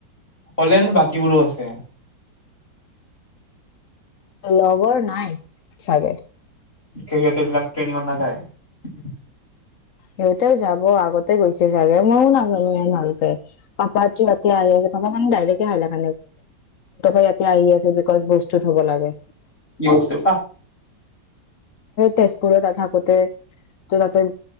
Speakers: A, on the left; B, on the left.
A: হ'লে নে বাকীবোৰো আছে।
B: লভাৰ নাই। চাগে
A: হেৰি হঁতে এইবিলাক ট্ৰেইনিত নাযায়।
B: সিহঁতেও যাব আগতে গৈছে চাগে ময়ো নাাজানো ইমান ভালকে। পা পা জি হতে আহি আছে। অকমান ডাইৰেক হাইলাশ ইয়াতে আহি আছে বিকজ বস্তু থ'ব লাগে।
A: কি বস্তু
B: তেজপুৰত ত থাকোঁতে ত তাতে